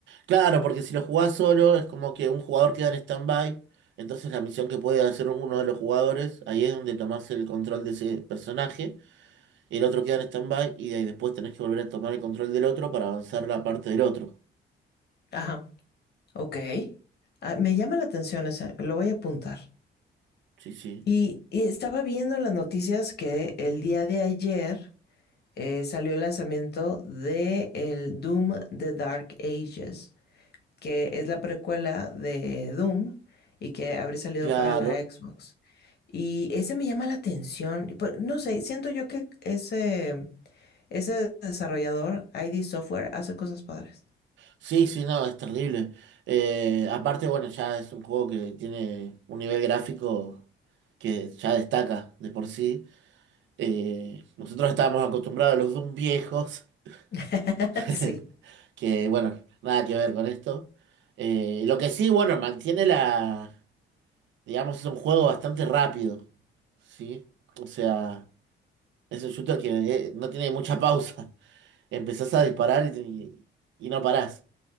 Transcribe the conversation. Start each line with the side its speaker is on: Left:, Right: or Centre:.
Right: Claro, porque si lo jugás solo es como que un jugador queda en stand-by, entonces la misión que puede hacer uno de los jugadores, ahí es donde tomás el control de ese personaje, el otro queda en stand-by y de ahí después tenés que volver a tomar el control del otro para avanzar la parte del otro.
Left: Ajá, ok. Ah, me llama la atención esa, lo voy a apuntar.
Right: Sí, sí,
Left: Y, y estaba viendo en las noticias que el día de ayer eh, salió el lanzamiento de el Doom The Dark Ages. que es la precuela de Doom y que habría salido
Right: claro.
Left: para la Xbox. Y ese me llama la atención. y pues, No sé, siento yo que ese, ese desarrollador, ID Software, hace cosas padres.
Right: Sí, sí, no, es terrible. Eh, aparte, bueno, ya es un juego que tiene un nivel gráfico que ya destaca de por sí. Eh, nosotros estábamos acostumbrados a los Doom viejos.
Left: <laughs>
Right: <laughs>
Left: Sí.
Right: que bueno, nada que ver con esto. Eh, lo que sí, bueno, mantiene la, digamos, es un juego bastante rápido, ¿sí? O sea, es un shooter que eh, no tiene mucha pausa. <laughs> Empezás a disparar y, te- y no parás.